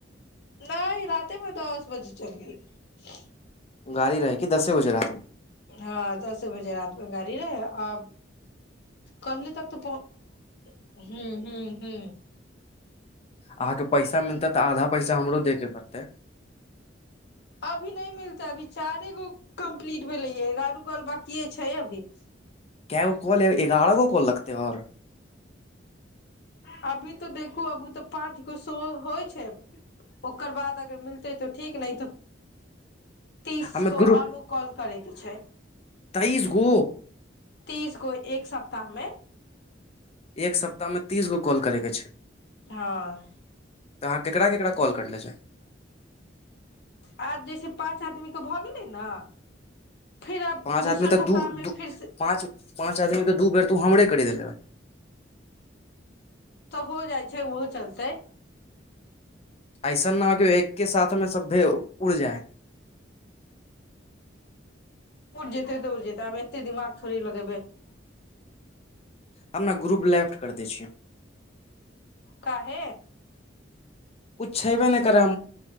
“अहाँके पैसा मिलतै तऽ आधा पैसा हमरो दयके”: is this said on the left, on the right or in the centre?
Left